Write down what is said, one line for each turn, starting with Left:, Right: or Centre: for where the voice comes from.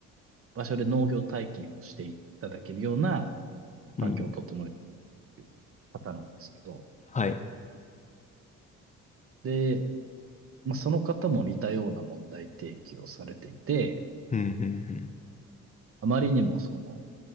Right: 場所で農業体験をしていただけるような環境を整え
Left: うん、
Right: ている方なんですけど、
Left: はい、
Right: で、まあ、その方も似たような問題提起をされていて、
Left: うん、うん、
Right: あまりにもその、